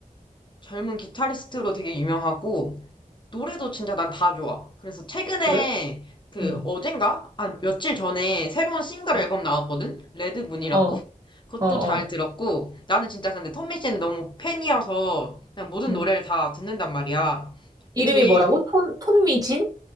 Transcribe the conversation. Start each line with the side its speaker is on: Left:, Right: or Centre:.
Left: 젊은 기타리스트로 되게 유명하고, 노래도 진짜 난 다 좋아. 그래서 최근에,
Right: 그래?
Left: 그,
Right: 응,
Left: 어젠가? 한 며칠 전에 새로운 싱글
Right: 어,
Left: 앨범 나왔거든? 레드문이라고?
Right: 어,
Left: 그것도
Right: 어, 어,
Left: 잘 들었고, 나는 진짜 근데 톰미 씨는 너무 팬이어서, 그냥 모든
Right: 응.
Left: 노래를 다 듣는단 말이야. 근데
Right: 이름이
Left: 제일
Right: 뭐라고? 톤, 톤미진?